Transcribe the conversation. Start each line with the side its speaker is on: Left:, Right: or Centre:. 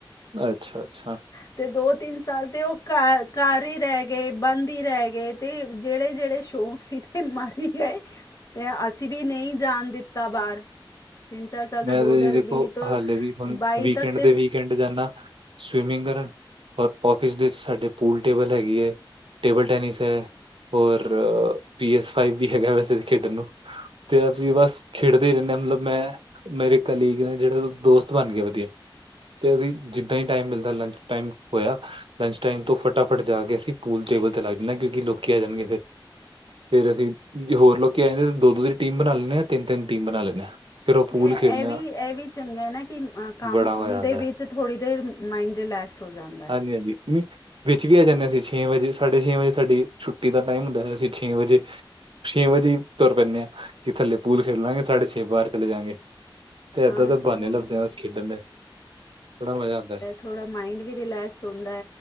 Right: ਅੱਛਾ -ਅੱਛਾ
Left: ਅਤੇ ਦੋ ਤਿੰਨ ਸਾਲ ਤਾਂ ਉਹ ਘ ਘਾਰ ਹੀ ਰਹਿ ਗਏ ਬੰਦ ਹੀ ਰਹਿ ਗਏ। ਅਤੇ ਜਿਹੜੇ- ਜਿਹੜੇ ਸ਼ੌਂਕ ਸੀ ਮਾਰੀ ਗਏ ਅਸੀ ਵੀ ਨਹੀਂ ਜਾਣ ਦਿੱਤਾ ਬਾਹਰ ਤਿੰਨ ਚਾਰ ਸਾਲ ਤਾਂ
Right: ਮੈਂ
Left: ਦੋ
Right: ਤੇ
Left: ਹਜ਼ਾਰ
Right: ਜੀ ਦੇਖੋ
Left: ਵੀਹ ਤੋਂ
Right: ਹਾਲੇ ਵੀ ਹੁਣ
Left: ਬਾਈ
Right: ਵੀਕਐਂਡ
Left: ਤੱਕ ਤੇ
Right: ਦੇ ਵੀਕਐਂਡ ਜਾਂਦਾ। ਸਵਿਮਿੰਗ ਕਰਨ ਔਰ ਔਫਿਸ ਦੇ ਸਾਡੇ ਪੂਲ ਟੇਬਲ ਹੈਗੀ ਹੈ। ਟੇਬਲ ਟੈਨਿਸ ਹੈ ਔਰ ਪੀ ਐਸ ਫਾਈਵ ਵੀ ਹੈਗਾ ਵੈਸੇ ਵੀ ਖੇਡਣ ਨੂੰ ਤੇ ਅਸੀ ਬਸ ਖੇਡਦੇ ਹੀ ਰਹਿੰਦੇ ਹਾਂ ਮਤਲਬ ਮੈਂ ਮੇਰੇ ਕਲੀਗ ਨੇ ਜਿਹੜਾ ਦੋਸਤ ਬਣ ਗਿਆ ਵਧੀਆ। ਤੇ ਅਸੀ ਜਿੱਦਾਂ ਹੀ ਟਾਈਮ ਮਿਲਦਾ ਲੰਚ ਟਾਈਮ ਹੋਇਆ। ਲੰਚ ਟਾਈਮ ਤੋਂ ਫਟਾਫਟ ਜਾ ਕੇ ਅਸੀ ਪੂਲ ਟੇਬਲ ਤੇ ਲਗ ਜਾਂਦੇ ਹਾਂ ਕਿਉਂਕ ਲੋਕੀ ਆ ਜਾਣਗੇ ਫਿਰ ਫੇਰ ਅਸੀ ਹੋਰ ਲੋਕੀ ਆ ਜਾਂਦੇ ਦੋ -ਦੋ ਦੀ ਟੀਮ ਬਣਾ ਲੈਂਣੇ ਹਾਂ ਤਿੰਨ -ਤਿੰਨ ਟੀਮ ਬਣਾ ਲੈਂਣੇ ਹਾਂ। ਫਿਰ ਉਹ
Left: ਇਹ
Right: ਪੂਲ
Left: -ਇਹ
Right: ਖੇਲਣੇ
Left: ਵੀ
Right: ਆ
Left: ਇਹ ਵੀ ਚੰਗਾ ਹੈ ਨਾ ਕਿ ਕੰਮ
Right: ਬੜਾ ਮਜ਼ਾ ਆਂਦਾ
Left: ਦੇ ਵਿੱਚ
Right: ਹੈ,
Left: ਥੋੜ੍ਹੀ ਦੇਰ ਮਾਇਂੰਡ ਰਿਲੈਕਸ ਹੋ ਜਾਂਦਾ। ਹੈ
Right: ਹਾਂਜੀ -ਹਾਂਜੀ <inaudible> ਵਿੱਚ ਵੀ ਆ ਜਾਂਦੇ ਹ ਅਸੀ ਛੇ ਵਜੇ ਸਾਢੇ ਛੇ ਵਜੇ ਸਾਡੀ ਛੁੱਟੀ ਦਾ ਟਾਈਮ ਹੁੰਦਾ ਅਸੀ ਛੇ ਵਜੇ ਛੇ ਵਜੇ ਤੁਰ ਪੈਂਣੇ ਆ ਕਿ ਥੱਲੇ ਪੂਲ ਖੇਡ ਲਾਂਗੇ ਸਾਢੇ ਛੇ ਵਾਰ ਚਲੇ ਜਾਗੇ। ਤੇ ਇਦਾਂ
Left: ਹਾਂ
Right: ਦੇ ਬਾਨੇ
Left: ਉਹ
Right: ਲੱਭਦੇ ਆ ਇਸ ਖੇਡਣ ਦੇ ਮਜ਼ਾ ਆਂਦਾ।
Left: ਥੋੜਾ਼ ਮਾਈਂਡ ਵੀ ਰਿਲੈਕਸ ਹੁੰਦਾ।